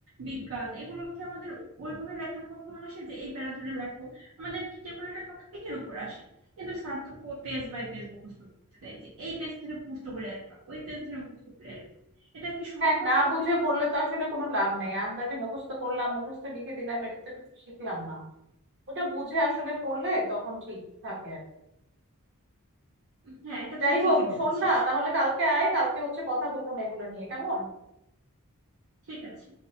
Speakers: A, on the right (about 65°); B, on the right (about 55°).
A: বিজ্ঞান এগুলো কি আমাদের ওইভাবে লেখা কখনো আসে যে এই প্যারা ধরে লেখো আমাদের তো যে কোনো একটা টপিকের উপর আসে কিন্তু স্যার তো পেজ বাই পেজ মুখস্থ করতে দেয় যে এই পেজ ধরে মুখস্থ করে আসবা ওই পেজ ধরে মুখস্থ করে আসবা এটা কি সম্ভব
B: হ্যাঁ না
A: হয়
B: বুঝে
A: তুই বল
B: পড়লে তো আসলে কোনো লাভ নাই আন্দাজে মুখস্থ করলাম মুখস্থ লিখে দিলাম এটা তো কিছু শিখলাম না ওটা বুঝে আসলে পড়লে তখন ঠিক থাকে আর কি।
A: হ্যাঁ এটা
B: যাই
A: তুই ঠিকই
B: হোক
A: বলেছিস
B: শোন না তাহলে কালকে আয় কালকে হচ্ছে কথা বলবো না এগুলো নিয়ে কেমন
A: ঠিক আছে